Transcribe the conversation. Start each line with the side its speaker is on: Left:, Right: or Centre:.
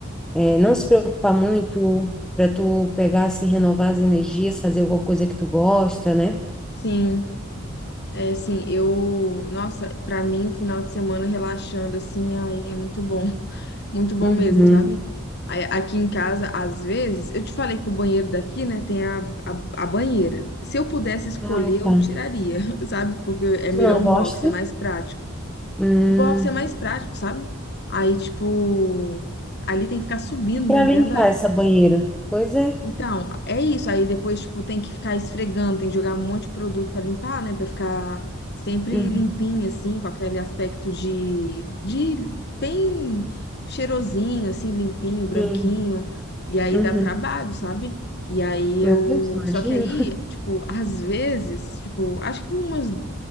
Centre: é, não se preocupar muito, pra tu pegar, assim, renovar as energias, fazer alguma coisa que tu gosta, né?
Left: Sim, é assim, eu, nossa, pra mim o final de semana relaxando assim, ai, é muito bom, <laughs> muito bom
Centre: Uhum.
Left: mesmo, sabe? Aí, Aqui em casa, às vezes, eu te falei que o banheiro daqui, né, tem a, a, a banheira. Se eu pudesse escolher,
Centre: Ah,
Left: eu
Centre: tá.
Left: tiraria, <laughs> sabe? Porque é
Centre: Tu
Left: melhor
Centre: não gosta?
Left: um box, é mais prático.
Centre: Hum,
Left: O box é mais prático, sabe? Aí, tipo, ali tem que ficar subindo
Centre: pra
Left: mesmo
Centre: limpar
Left: dentro da,
Centre: essa banheira. Pois é.
Left: Então, é isso. Aí depois, tipo, tem que ficar esfregando, tem que jogar um monte de produto pra limpar, né? Pra ficar sempre
Centre: Uhum.
Left: limpinho, assim, com aquele aspecto de, de bem cheirosinho, assim, limpinho, branquinho.
Centre: Sim.
Left: E aí
Centre: Uhum.
Left: dá trabalho, sabe? E aí
Centre: Meu
Left: eu.
Centre: Deus, imagina.
Left: Só que aí, tipo, às vezes, tipo, acho que umas